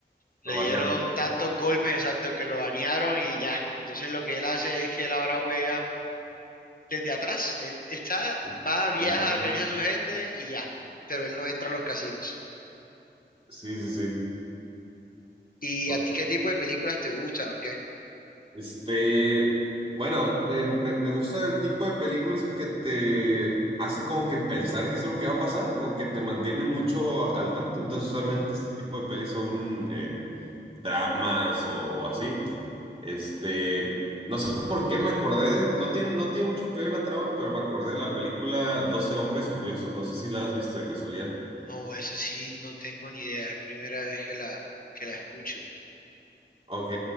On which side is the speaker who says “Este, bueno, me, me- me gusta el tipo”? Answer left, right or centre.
Right